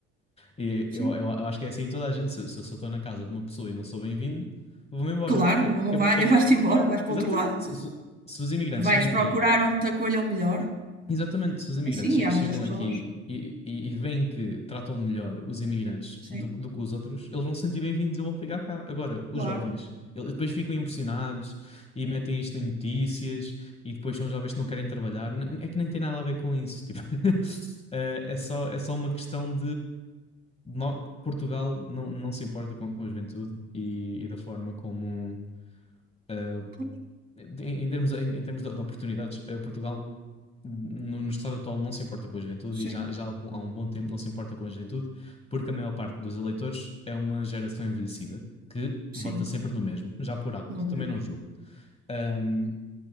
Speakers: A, on the left; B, on the right.
A: E
B: sim.
A: eu, eu, eu acho que é assim em toda a gente. Se, se eu estou na casa de uma pessoa e não sou bem-vindo, vou-me embora.
B: Claro,
A: Porque,
B: não,
A: porque,
B: não vai,
A: porque,
B: <laughs> vais-te embora, vais para
A: exatamente,
B: o outro lado.
A: se, se- se os imigrantes
B: Vais
A: chegam aqui,
B: procurar onde te acolham melhor.
A: exatamente, se os imigrantes
B: É, sim,
A: che-
B: e há
A: chegam
B: muitas
A: aqui
B: pessoas.
A: e, e, e veem que tratam melhor os imigrantes
B: Sim,
A: do, do que os outros, eles vão se sentir bem-vindos e vão ficar cá. Agora, os
B: claro.
A: jovens, eles depois ficam impressionados e metem isto em notícias e depois são jovens que não querem trabalhar. N- É que nem tem nada a ver com isso. Tipo, <laughs> eh, é só, é só uma questão no- Portugal não, não se importa com, com a juventude e, e da forma como, ah,
B: Pois,
A: em, em termos, em, em termos de, de oportunidades, ah, Portugal no, no estado atual não se importa com a juventude
B: sim,
A: e já, já há um há um bom tempo não se importa com a juventude, porque a maior parte dos eleitores é uma geração envelhecida que
B: sim.
A: vota sempre no mesmo, já por hábito,
B: nós
A: também
B: vemos.
A: não julgo. Ahm,